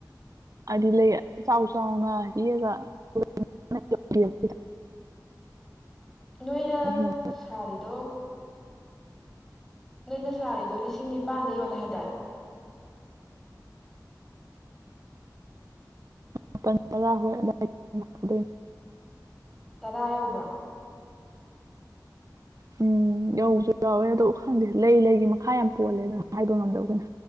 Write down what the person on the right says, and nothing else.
ꯑꯗꯨ ꯂꯩ ꯆꯥꯎ ꯆꯥꯎꯅ ꯍꯒ <unintelligible>
ꯍꯦꯟꯅ
ꯃꯄꯥꯟ ꯇꯔꯥ ꯍꯣꯏ ꯑꯗꯥꯏ <unintelligible>
ꯎꯝ ꯌꯧꯕꯁꯨ ꯌꯥꯎꯋꯦ ꯑ ꯈꯪꯗꯦ ꯂꯩ ꯂꯩꯒꯤ ꯃꯈꯥ ꯌꯥꯝ ꯄꯣꯜꯂꯦ ꯑꯗꯨꯅ ꯍꯥꯏꯕ ꯉꯝꯗꯕ ꯑꯩꯈꯣꯏꯅ